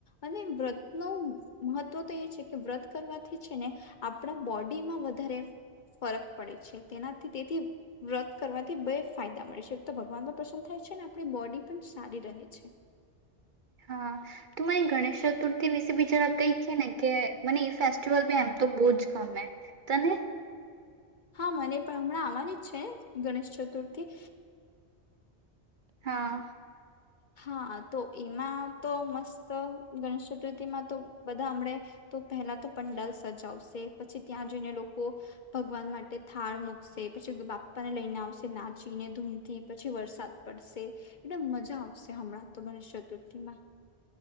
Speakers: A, on the left (about 50°); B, on the right (about 50°).
A: અને વ્રતનું મહત્વ તો એ છે કે વ્રત કરવાથી છે ને આપણા બોડીમાં વધારે ફરક પડે છે. તેનાથી તેથી વ્રત કરવાથી બે ફાયદા મળે છે તો ભગવાન તો પ્રસન્ન થાય છે ને આપડી બોડી પણ સારી રહે છે.
B: હા, તો મને ગણેશ ચતુર્થી વિશે બી જરા કઈ ક ને કે મને એ ફેસ્ટિવલ બી એમ તો બહુ જ ગમે. તને?
A: હા, મને પણ હમણાં આવવાની જ છે ગણેશ ચતુર્થી.
B: હા.
A: હા તો એમાં તો મસ્ત ગણેશ ચતુર્થી માં તો બધા હમડે તો પહેલા તો પંડાલ સજાવશે પછી ત્યાં જઈને લોકો ભગવાન માટે થાળ મૂકશે પછી બાપ્પા ને લઈને આવશે નાચીને ધૂમથી પછી વરસાદ પડશે એટલે મજા આવશે. હણા તો ગણ ચતુર્થીમાં